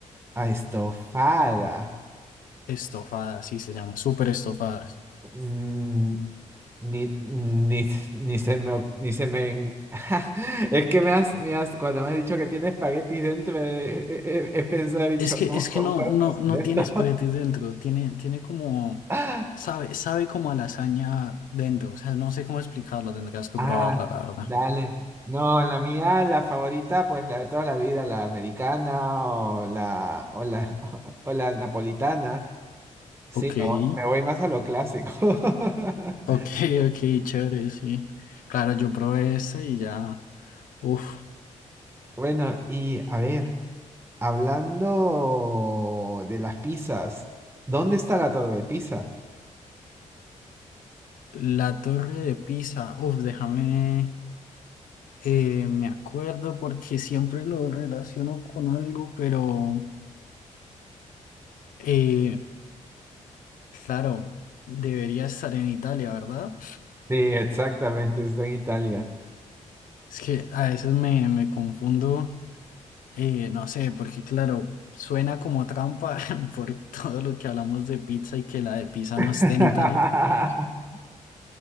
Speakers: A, on the right (about 20°); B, on the left (about 80°).
A: Ah, estofada.
B: Estofadas, sí se llama, súper estofadas.
A: Mm, ni, ni, ni se me, o- ni se me... en- <laughs> Es que me has, me has, cuando me has dicho que tiene espaguetis dentro, he, he- he- he pensado, he dicho,
B: Es que,
A: ¿cómo,
B: es que
A: cómo
B: no, no,
A: cocinar
B: no tiene
A: esto?
B: espaguetis dentro, tiene, tiene como,
A: <laughs>
B: sabe, sabe como a lasaña dentro, o sea, no sé cómo explicarlo, tendrás que
A: Ah,
B: probarla, la verdad.
A: dale. No, la mía, la favorita, pues la de toda la vida, la americana o la, o la, <laughs> o la napolitana. Sí,
B: Ok,
A: me voy me voy
B: <laughs>
A: más a lo clásico. <laughs>
B: ok, ok, chévere, sí. Claro, yo probé esta y ya, uf,
A: Bueno, y a ver, hablando de las pizzas, ¿dónde está la torre de Pisa?
B: la torre de Pisa, uf, déjame, eh, me acuerdo porque siempre lo relaciono con algo, pero... Eh, Claro, debería estar en Italia, ¿verdad?
A: Sí, exactamente, está en Italia.
B: Es que a veces me, me confundo, eh, no sé, porque claro, suena como trampa <laughs> por todo lo que hablamos de pizza y que la de pizza
A: <laughs>
B: no esté en Italia.